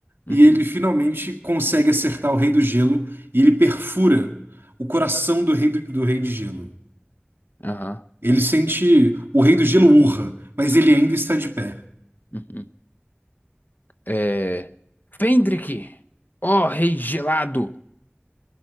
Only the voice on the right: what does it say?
e ele finalmente consegue acertar o Rei do Gelo e ele perfura o coração do Rei do, do Rei de Gelo.
Ele sente o Rei do Gelo urra, mas ele ainda está de pé.